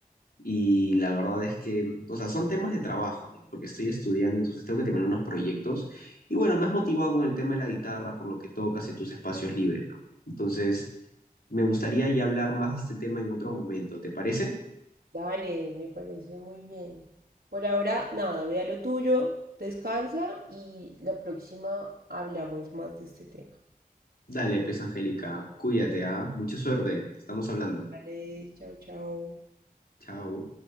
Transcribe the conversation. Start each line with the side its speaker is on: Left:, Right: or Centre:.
Left: Y la verdad es que, o sea, son temas de trabajo ya, porque estoy estudiando, entonces tengo que terminar unos proyectos. Y bueno, me has motivado con el tema de la guitarra, por lo que tocas y tus espacios libres, ¿no? Entonces... Me gustaría ya hablar más de este tema en otro momento, ¿te parece?
Right: Dale, me parece muy bien. Por ahora, nada, ve a lo tuyo, descansa y la próxima hablamos más de este tema.
Left: Dale, pues, Angélica, cuídate, ¿ah? Mucha suerte, estamos hablando.
Right: Vale, chao, chao.
Left: Chao.